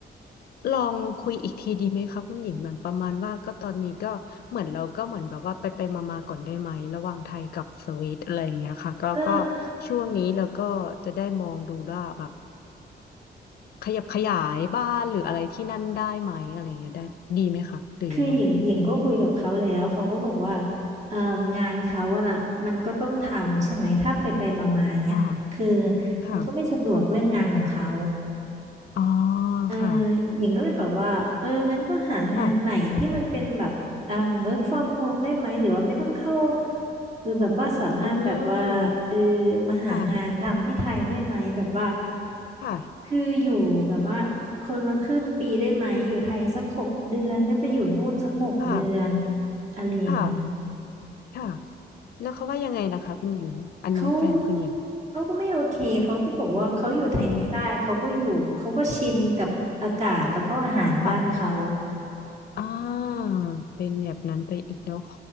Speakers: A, on the left (about 60°); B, on the right (about 40°).
A: ลองคุยอีกทีดีไหมคะคุณหญิงเหมือนประมาณว่าก็ตอนนี้ก็เหมือนเราก็เหมือนแบบว่าไปไปมามาๆก่อนได้ไหมระหว่างไทยกับสวิตอะไรอย่างเงี้ยค่ะก็ก็
B: ก็
A: ช่วงนี้เราก็จะได้มองดูว่าแบบขยับขยายบ้านหรืออะไรที่นั่นได้ไหมอะไรอย่างเงี้ยได้ดีไหมคะหรือยังไง
B: คือหญิงหญิงก็คุยกับเขาแล้วเขาก็บอกว่าเอ่องานเขาอะน่ะมันก็ต้องทำใช่ไหมถ้าไปไปมามาๆเงี้ยคือ
A: ค่ะค่ะ
B: มันก็ไม่สะดวกเรื่องงานของเขา
A: อ๋อ
B: เออ
A: ค่ะ
B: หญิงก็เลยแบบว่าเอองั้นก็หางานใหม่ที่มันเป็นแบบเอ่อ
A: ค่ะ
B: work from home ได้ไหมหรือว่าไม่ต้องเข้าหรือแบบว่าสามารถแบบว่าเออ
A: อืม
B: มาหางานทำที่ไทยได้ไหมแบบว่า
A: ค่ะค่ะ
B: คืออยู่แบบว่าคนละครึ่งปีได้ไหมอยู่ไทยสักหกเดือนแล้วไปอยู่นู่นสักหกเดือน
A: ค่ะ
B: อะไรอย่างนี้
A: ค่ะ ค่ะ แล้วเขาว่ายังไงล่ะคะคุณหญิงอันนี้แฟนคุณหญิง
B: เขาเขาก็ไม่โอเคเขาก็บอกว่าเขาอยู่ไทยไม่ได้เขาก็อยู่เขาก็ชินกับอากาศแล้วก็อาหารบ้านเขา
A: อืมค่ะ อ่า เป็นแบบนั้นไปอีกแล้ว